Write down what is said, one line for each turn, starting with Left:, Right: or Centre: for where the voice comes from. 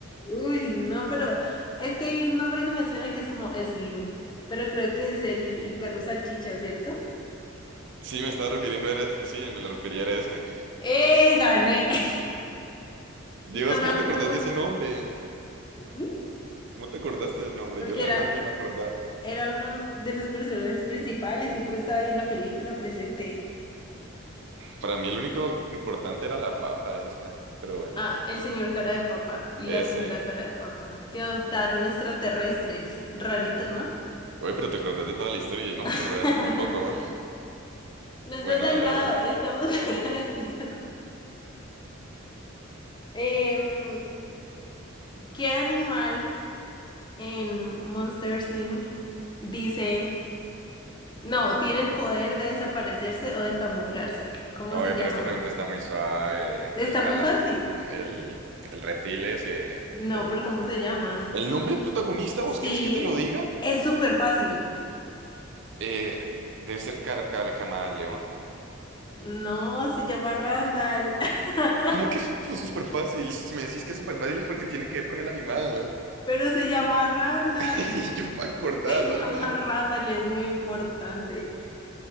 Left: Uy, no, pero es que hay un nombre que me suena que es como Slink, pero creo que es el, el perro salchicha, ¿cierto?
Right: Sí, me estaba refiriendo a... Sí, me lo refería a ese.
Left: ¡Eh, gané! <laughs>
Right: Dios,
Left: No me,
Right: ¿cómo
Left: ac-
Right: te acordás
Left: no me-
Right: de ese nombre?
Left: ¿Mm?
Right: ¿Cómo te acordaste del nombre?
Left: porque
Right: Yo la
Left: era
Right: verdad ni me acordaba.
Left: Era uno de los personajes principales, siempre estaba ahí en la película presente.
Right: Para mí el único importante era la papa esa. Pero bueno,
Left: Ah, el señor cara de papa y
Right: ese.
Left: la señora cara de papa, que adoptaron extraterrestres. Rarito, ¿no?
Right: Oye, pero te acordás de toda la historia y no
Left: <laughs>
Right: me acordaba de eso tampoco.
Left: nos
Right: Bueno,
Left: ha salvado,
Right: dale, dale.
Left: estamos <laughs> agradecidos. Em, ¿qué animal en Monster Inc. dice, no, tiene el poder de desaparecerse o de camuflarse? ¿Cómo
Right: Oye,
Left: se llama?
Right: pero esta pregunta está muy suave.
Left: Está
Right: El cala,
Left: muy fácil.
Right: el, el reptil ese,
Left: No,
Right: el,
Left: pero ¿cómo se llama?
Right: el nombre del protagonista,
Left: Sí,
Right: ¿vos querés que te lo diga?
Left: es súper fácil.
Right: Eh, debe ser Car- Car- Camaleón.
Left: No, se llama Randall. <laughs>
Right: ¿Cómo que es súper fácil? Si me decís que es súper fácil es porque tiene que ver con el animal. <laughs>
Left: Pero se llama Randall.
Right: Y yo
Left: <laughs>
Right: para acordarme.
Left: Se llama Randall y es muy importante.